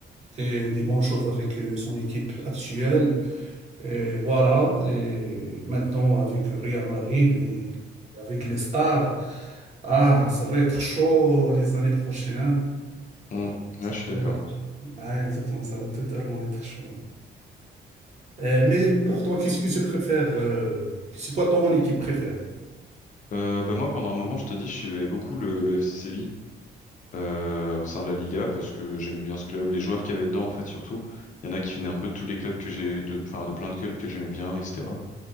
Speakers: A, on the right; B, on the left.
A: euh, des bonnes choses avec euh, son équipe actuelle. Et voilà, et maintenant avec Real Madrid, les- avec les stars, ah, ça va être chaud les années prochaines.
B: Mm. Ouais,
A: Ça
B: je suis d'accord.
A: va être- Ah, exactement, ça va totalement être chaud. Euh, mais pour toi, qu'est-ce que tu préfères? euh, C'est quoi ton équipe préférée?
B: Euh, bah moi pendant un moment, je te dis, je suivais beaucoup le, le FC Séville euh, au sein de la Liga parce que j'aimais bien ce club, les joueurs qu'il y avait dedans en fait surtout. Il y en a qui venaient un peu de tous les clubs que j'ai de enfin de plein de clubs que j'aimais bien, etc.